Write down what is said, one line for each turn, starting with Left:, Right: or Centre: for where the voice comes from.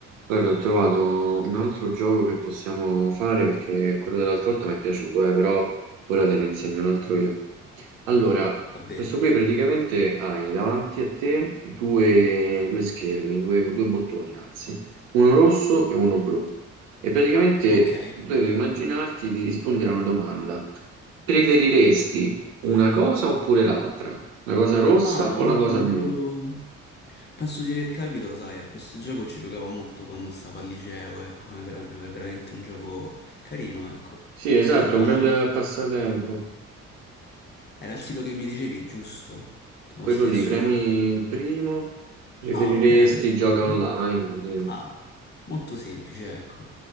Right: Guarda, ho trovato un altro gioco che possiamo fare perché quello dell'altra volta mi è piaciuto, eh, però ora te ne insegno un altro io. Allora,
Left: Davvero?
Right: questo qui praticamente hai davanti a te due, due schermi, due, due bottoni anzi, uno rosso e uno blu. E praticamente
Left: Ok.
Right: devi immaginarti di rispondere a una domanda. Preferiresti una cosa oppure l'altra? La cosa rossa
Left: Ah, ma
Right: o
Left: penso
Right: la cosa
Left: di averlo...
Right: blu?
Left: Penso di aver capito, sai, a questo gioco ci giocavo molto quando stavo al liceo, ecco, è, vera- è veramente un gioco carino, ecco.
Right: Sì, esatto,
Left: Allora,
Right: un bel
Left: il...
Right: passatempo.
Left: era il sito che mi dicevi, giusto? Lo
Right: Quello
Left: stesso...
Right: lì, premi il primo, preferiresti
Left: Ah, ok, perfetto.
Right: gioca online, tipo.
Left: Ah, molto semplice, ecco.